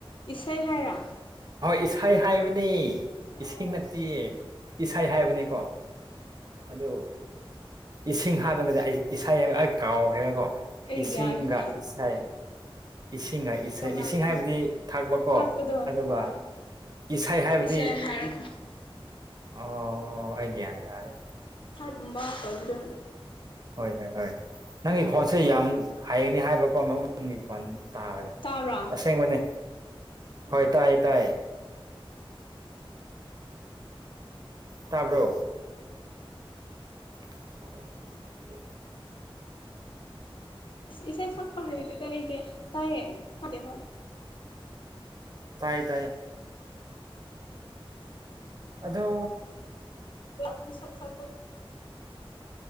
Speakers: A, on the left; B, on the right.
A: ꯏꯁꯩ ꯍꯥꯏꯔ
B: ꯍꯣꯏ ꯏꯁꯩ ꯍꯥꯏꯕꯅꯤ ꯏꯁꯤꯡ
A: ꯑꯣ
B: ꯅꯠꯇꯦꯌꯦ ꯏꯁꯩ ꯍꯥꯏꯕꯅꯤꯀꯣ ꯑꯗꯨ ꯏꯁꯤꯡ ꯍꯥꯄꯗꯗꯤ ꯑꯩ ꯏꯁꯩ ꯍꯥꯏꯕ ꯑꯩ ꯀꯥꯎ ꯍꯥꯏꯦꯕꯀꯣ
A: ꯑꯩ
B: ꯏꯁꯤꯡꯒ
A: ꯒ꯭ꯌꯥꯟ ꯇꯥ
B: ꯏꯁꯩꯥꯏ ꯏꯁꯤꯡ ꯏꯁꯤꯡ
A: ꯇꯣꯡꯉꯥꯜꯂꯦ
B: ꯏꯁꯤꯡ ꯍꯥꯏꯕꯗꯤ ꯊꯥꯛꯄꯀꯣ
A: ꯊꯛꯄꯗꯣ
B: ꯑꯗꯨꯒ
A: ꯑꯥ
B: ꯏꯁꯩ ꯍꯥꯏꯕꯗꯤ
A: ꯏꯁꯩ ꯍꯥꯏꯔꯒ
B: ꯑꯣ ꯑꯣ ꯑꯩꯒꯤꯦ ꯇꯔꯦ
A: ꯗꯨꯝꯕ ꯀꯥꯎꯗ
B: ꯍꯣꯏ ꯍꯣꯏ ꯍꯣꯏ ꯅꯪꯒꯤ ꯈꯣꯟꯁꯦ ꯌꯥꯝ ꯍꯥꯏꯩꯒꯅꯤ ꯍꯥꯏꯕꯀꯣ ꯑꯃꯪꯒꯤ ꯈꯣꯟ ꯇꯥꯕꯗ
A: ꯇꯥꯕ꯭ꯔꯥ
B: ꯑꯁꯦꯡꯕꯅꯦ ꯍꯣꯏ ꯇꯥꯏ ꯇꯥꯏ ꯇꯥꯕ꯭ꯔꯣ ꯑꯣ
A: ꯏꯁꯩ ꯁꯛꯄꯍ ꯇꯗꯔ ꯏꯗꯤꯦ ꯇꯥꯏꯌꯦꯗꯦꯕ
B: ꯇꯥꯏ ꯇꯥꯏ ꯑꯗꯣ
A: ꯀ ꯁꯟ ꯁ